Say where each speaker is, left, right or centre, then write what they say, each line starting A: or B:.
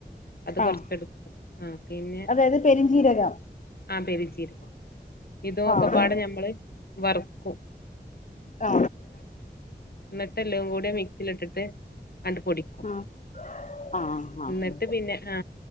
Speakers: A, on the left (about 65°); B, on the left (about 45°).
A: അത് കൊർച്ചെട്ക്കും
B: ആഹ്
A: ആ പിന്നെ
B: അതായത് പെരിഞ്ചീരകം
A: ആ പെരുഞ്ചീരകം ഇതൊക്കെപ്പാടെ
B: ആഹ്
A: ഞമ്മള് വറ്ക്കും
B: ആ
A: ന്ന്ട്ട് എല്ലും കൂടി മിക്സിലിട്ടിട്ട് ആണ്ട് പൊടിക്കും
B: ആഹ് ആഹ്
A: ന്ന്ട്ട് പിന്നെ ആ